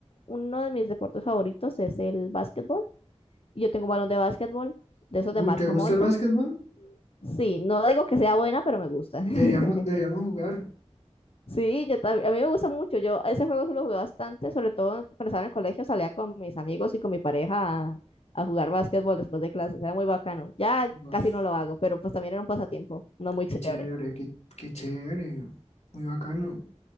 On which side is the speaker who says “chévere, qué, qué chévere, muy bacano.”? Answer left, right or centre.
Left